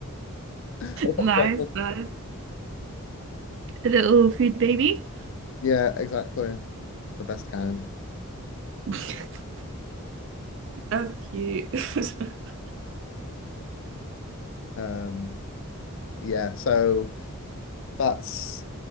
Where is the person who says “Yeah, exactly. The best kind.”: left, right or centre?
Left